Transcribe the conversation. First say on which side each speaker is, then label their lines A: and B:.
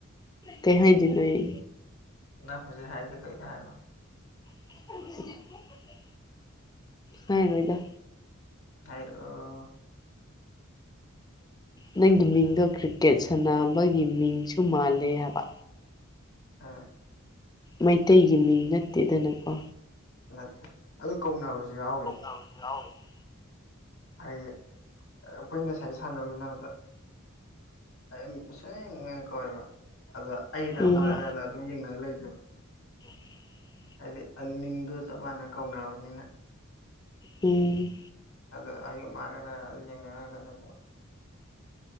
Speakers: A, on the left; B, on the left.
A: ꯀꯍꯥꯢꯗꯨꯗꯣꯏꯅꯣ ꯑꯩ
B: ꯅꯪ ꯍꯧꯖꯤꯛ ꯍꯥꯏꯒꯦ ꯊꯧꯔꯤꯗꯣ ꯍꯥꯏꯔꯛ ꯑꯣꯅꯦ
A: ꯑꯗꯨ <unintelligible> ꯍꯥꯏꯔꯣꯏꯗ
B: ꯍꯥꯢꯔꯛ ꯑꯣ
A: ꯅꯪꯒꯤ ꯃꯤꯡꯗꯣ ꯀ꯭ꯔꯤꯀꯦꯠ ꯁꯥꯟꯅꯕꯒꯤ ꯃꯤꯡꯁꯨ ꯃꯥꯂꯦ ꯍꯥꯏꯕ
B: ꯑꯥ
A: ꯃꯩꯇꯩꯒꯤ ꯃꯤꯡ ꯅꯠꯇꯦꯗꯅꯀꯣ
B: ꯅꯠꯇꯦ ꯑꯗꯨ ꯀꯧꯅꯕꯁꯨ ꯌꯥꯎꯋꯦ
A: ꯌꯥꯥꯎꯦ <unintelligible>
B: ꯍꯥꯏꯌꯦ ꯑꯩꯈꯣꯏ ꯉꯁꯥꯏ ꯁꯥꯟꯅꯃꯤꯟꯅꯕꯗ <unintelligible> ꯀꯧꯋꯦꯕ ꯑꯗ ꯑꯩꯔ
A: ꯎꯝ
B: ꯃꯥꯔꯅ ꯑꯗꯨꯝ ꯌꯦꯡꯅꯔ ꯂꯩꯗꯦꯕ
A: <inaudible>
B: ꯍꯥꯏꯗꯤ ꯃꯤꯡꯗꯣ ꯆꯞ ꯃꯥꯟꯅ ꯀꯧꯅꯕꯅꯤꯅ
A: ꯎꯝ
B: ꯑꯗ ꯑꯒ ꯃꯥꯒꯔ ꯌꯦꯡ ꯀꯩꯅꯣ